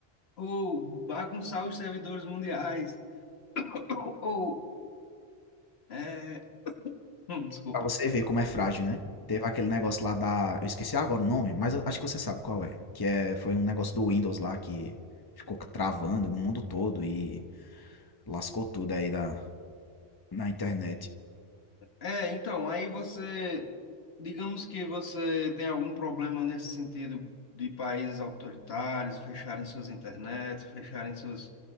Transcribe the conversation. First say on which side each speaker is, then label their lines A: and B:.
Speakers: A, on the left; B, on the left.
A: ou bagunçar os servidores mundiais <coughs> ou... é, hum, desculpa.
B: Pra você ver como é frágil, né? Teve aquele negócio lá da. Eu esqueci agora o nome, mas eu acho que você sabe qual é. Que é, foi um negócio do Windows lá que ficou travando no mundo todo e lascou tudo aí da, na internet.
A: É, então, aí você, digamos que você tem algum problema nesse sentido de países autoritários fecharem suas internets, fecharem seus,